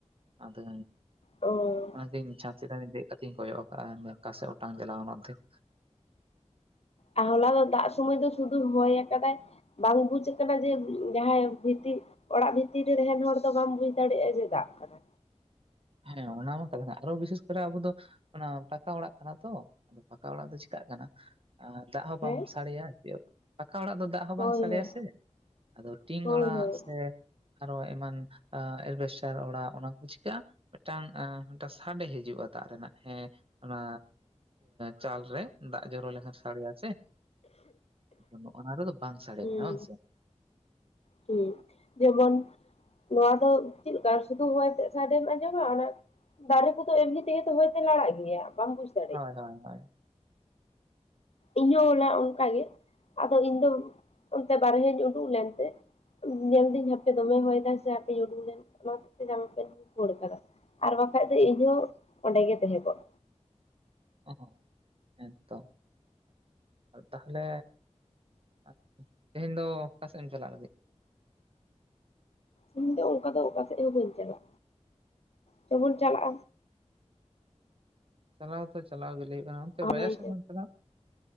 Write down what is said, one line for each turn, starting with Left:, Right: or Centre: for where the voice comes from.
Right: ᱟᱫᱚ
Left: ᱚ
Right: ᱚᱱᱟᱛᱮᱧ ᱪᱷᱟᱸᱫᱪᱮᱛᱟᱱ ᱨᱮᱧ ᱫᱮᱡ ᱠᱟᱛᱮᱧ ᱠᱚᱭᱚᱜ ᱟᱠᱟᱜᱼᱟ ᱱᱚᱠᱟᱥᱮᱫ ᱚᱴᱟᱝ ᱪᱟᱞᱟᱣ ᱱᱟ ᱚᱨᱫᱷᱮᱠ
Left: ᱟᱨ ᱦᱚᱞᱟ ᱫᱚ ᱫᱟᱜ ᱥᱩᱚᱢᱚᱭ ᱫᱚ ᱥᱩᱫᱩ ᱦᱚᱭ ᱟᱠᱟᱫᱟᱭ, ᱵᱟᱝ ᱵᱩᱡ ᱟᱠᱟᱱᱟ ᱡᱮ ᱡᱟᱦᱟᱸᱭ ᱵᱷᱤᱛᱤ ᱚᱲᱟᱜ ᱵᱷᱤᱛᱤᱨ ᱨᱮ ᱛᱟᱦᱮᱱ ᱦᱚᱲ ᱫᱚ ᱵᱟᱢ ᱵᱩᱡ ᱫᱟᱲᱮᱭᱟᱜᱼᱟ ᱡᱮ ᱫᱟᱜ ᱠᱟᱱᱟ,
Right: ᱦᱮᱸ ᱚᱱᱟ ᱢᱟ ᱠᱟᱛᱷᱟ ᱟᱨᱚ ᱵᱤᱥᱮᱥ ᱠᱚᱨᱮ ᱟᱵᱚ ᱫᱚ ᱚᱱᱟ ᱯᱟᱟᱠᱟ ᱚᱲᱟᱜ ᱠᱟᱱᱟ ᱛᱚ ᱟᱫᱚ ᱯᱟᱠᱟ ᱚᱲᱟᱜ ᱫᱚ ᱪᱤᱠᱟᱜ ᱠᱟᱱᱟ ᱫᱟᱜ ᱦᱚᱸ
Left: ᱦᱮᱸ
Right: ᱵᱟᱢ ᱥᱟᱰᱮᱭᱟ ᱪ ᱯᱟᱠᱟ ᱚᱲᱟᱜ ᱫᱚ ᱫᱟᱜ᱾
Left: ᱦᱳᱭ
Right: ᱵᱟᱝ ᱥᱟᱰᱮᱭᱟ
Left: ᱦᱳᱭ
Right: ᱥᱮ ᱟᱫᱚ ᱴᱤᱧ
Left: ᱦᱳᱭ
Right: ᱚᱲᱟᱜ
Left: ᱦᱳᱭ
Right: ᱥᱮ ᱟᱨᱚ ᱮᱢᱟᱱ ᱮᱞᱵᱮᱥᱴᱟᱨ ᱚᱲᱟᱜ ᱚᱱᱟ ᱠᱚ ᱪᱤᱠᱟᱹᱜᱼᱟ ᱢᱤᱫᱴᱟᱝ ᱢᱤᱫᱴᱟᱝ ᱥᱟᱰᱮ ᱦᱤᱡᱩᱜᱼᱟ ᱫᱟᱜ ᱨᱮᱱᱟᱜ ᱦᱮᱸ ᱚᱱᱟ ᱪᱟᱞ ᱨᱮ, ᱫᱟᱜ ᱡᱚᱨᱚ ᱞᱮᱱᱠᱷᱟᱱ ᱥᱟᱰᱮᱭᱟ ᱥᱮ, ᱱᱚᱜ ᱚᱱᱟ ᱨᱮᱫᱚ ᱵᱟᱝ ᱥᱟᱰᱮ
Left: ᱦᱩᱸ
Right: ᱠᱟᱱᱟ ᱵᱟᱝ ᱥᱮ
Left: ᱦᱩᱸ ᱡᱮᱢᱚᱱ ᱱᱚᱣᱟ ᱫᱚ ᱪᱮᱫ ᱠᱟ ᱥᱤᱫᱷᱩ ᱦᱚᱭ ᱛᱮᱫ ᱥᱟᱰᱮᱢ ᱟᱸᱡᱚᱢᱟ ᱚᱱᱟ ᱫᱟᱨᱮ ᱠᱚᱫᱚ ᱮᱢᱱᱤ ᱛᱮᱜᱮᱚ ᱦᱚᱳᱭ ᱞᱟᱲᱟᱜ ᱜᱮᱭᱟ ᱵᱟᱢ ᱵᱩ ᱫᱟᱲᱮᱭᱟᱜᱼᱟ,
Right: ᱦᱳᱭ ᱦᱳᱭ ᱦᱳᱭ
Left: ᱤᱧᱦ ᱚᱞᱟ ᱚᱱᱠᱟᱟᱜᱮ ᱟᱫᱚ ᱤᱧ ᱫᱚ ᱚᱱᱛᱮ ᱵᱟᱨᱦᱮᱧ ᱩᱰᱩᱠ ᱞᱮᱱᱛᱮ, ᱧᱮᱞ ᱫᱟᱹᱧ ᱦᱟᱯᱮ ᱫᱚᱢᱮ ᱦᱚᱭᱮᱫᱟ ᱥᱮ ᱦᱟᱯᱮ ᱩᱰᱩ ᱞᱮᱱ ᱚᱱᱟ ᱠᱷᱟᱹᱛᱤᱨ ᱟᱢ ᱯᱮᱧ ᱠᱚ ᱠᱷᱳᱲ ᱟᱠᱟᱫᱟ, ᱟᱨ ᱵᱟᱠᱷᱟᱡ ᱫᱚ ᱤᱢᱳ ᱚᱸᱰᱮ ᱜᱮ ᱛᱟᱦᱮᱸ ᱠᱚᱜ
Right: ᱚ ᱦᱮᱸᱛᱚ ᱛᱟᱦᱚᱞᱮ ᱟᱪᱪᱷᱟ ᱛᱮᱦᱮᱧ ᱫᱚ ᱚᱠᱟ ᱥᱮᱫ ᱮᱢ ᱪᱟᱞᱟᱜ ᱞᱟᱹᱜᱤᱫ?
Left: ᱤᱧ ᱫᱚ ᱚᱱᱠᱟ ᱫᱚ ᱚᱠᱟ ᱥᱮᱫ ᱦᱚᱸ ᱵᱟᱹᱧ ᱪᱟᱞᱟᱜᱼᱟ ᱪᱚ ᱵᱚᱱ ᱪᱟᱞᱟᱜᱼᱟ
Right: ᱪᱟᱞᱟᱣ ᱛᱚ ᱪᱟᱞᱟᱣ ᱜᱮ ᱞᱟᱹᱭ ᱦᱩᱭᱩᱜ ᱠᱟᱱᱟ ᱚᱱᱛᱮ
Left: ᱦᱳᱭ
Right: ᱵᱟᱡᱟᱨ ᱥᱮᱫ ᱵᱚᱱ ᱪᱟᱞᱟᱜᱟ,